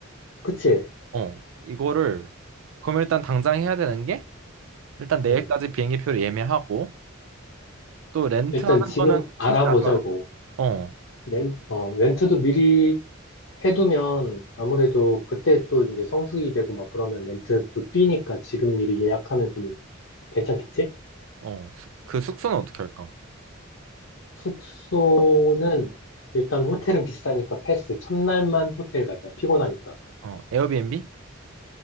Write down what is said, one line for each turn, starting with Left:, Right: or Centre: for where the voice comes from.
Left: 그치?
Right: 어, 이거를, 그럼 일단 당장 해야 되는 게, 일단 내일까지
Left: 음,
Right: 비행기표를 예매하고, 또 렌트하는
Left: 일단 지금
Right: 거는
Left: 알아보자고.
Right: 천지 나눠요. 어,
Left: 렌, 어, 렌트도 미리 해두면 아무래도 그때 또 이제 성수기 되고 막 그러면 렌트도 뛰니까 지금 미리 예약하면 좀 괜찮겠지?
Right: 어, 수- 그 숙소는 어떻게 할까?
Left: 숙소는 일단 호텔은 비싸니까 패스. 첫날만 호텔 가자. 피곤하니까.
Right: 어, 에어비앤비?